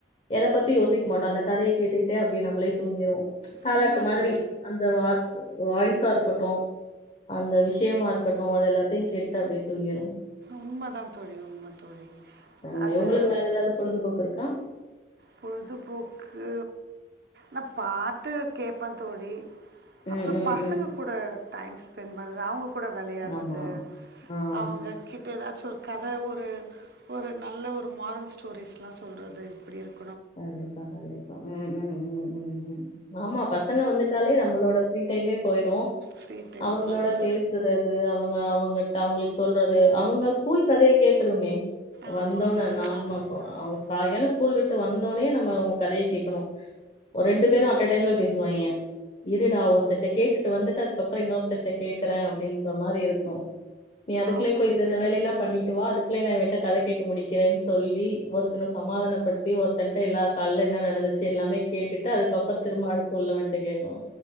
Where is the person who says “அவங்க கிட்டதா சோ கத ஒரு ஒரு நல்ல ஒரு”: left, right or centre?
Right